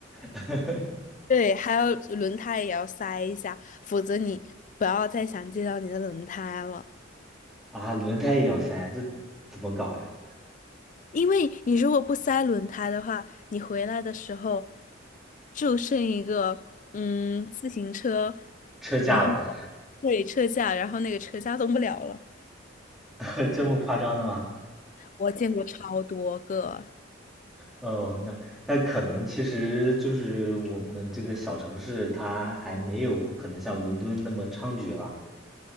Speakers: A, in the centre; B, on the left (about 40°).
A: <laughs>
B: 对，还有轮胎也要塞一下，否则你不要再想见到你的轮胎了。
A: 啊，轮胎也要塞，这怎么搞呀？
B: 因为你如果不塞轮胎的话，你回来的时候就剩一个嗯自行车，
A: 车架了，
B: 然后对车架，然后那个车架动不了了。
A: <laughs> 这么夸张的吗？
B: 我见过超多个，
A: 哦，那那可能其实就是我们这个小城市，它还没有可能像伦敦那么猖獗吧？